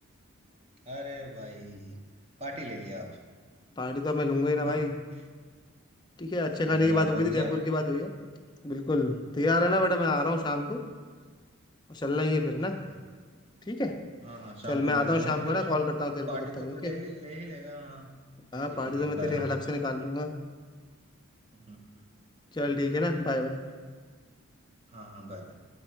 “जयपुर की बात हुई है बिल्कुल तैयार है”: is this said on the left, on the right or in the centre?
Left